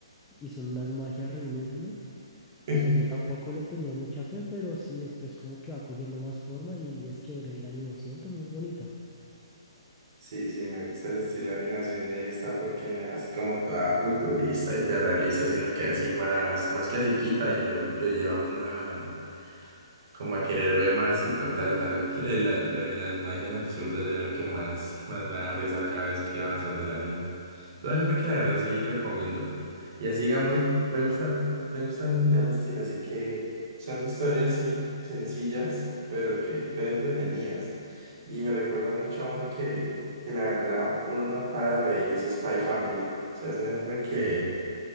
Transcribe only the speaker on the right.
<laughs>
Sí, sí, me gusta el estilo de animación de esta porque no es así como toda futurista, hiperrealista, sino que así más, más clasiquita y lo, lo lleva uno a, como a querer ver más y total, o sea, lo, <laughs> lo de la- lo de las magias absurdas era lo que más, más me da risa cada vez que iba avanzando el anime. Todo anime que la verdad sí recomiendo. Y así digamos, me gustan, me gustan de los estilos, así que son historias sí, sencillas, pero que son entretenidas. Y me recuerda mucho a uno que, que la verdad uno no para de reír y es Spy Family. O sea, es un anime que